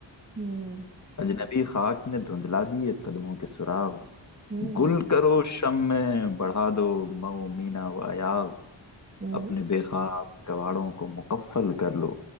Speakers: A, on the right (about 25°); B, on the left (about 40°).
A: हम्म
B: अजनबी खाक ने धुंधला दिए कदमों के सुराग
A: हम्म
B: गुल करो शम में बढ़ा दो मऊ मीना व अयाग
A: हम्म
B: अपने बेखाब कवाड़ों को मुकफ्फल कर लो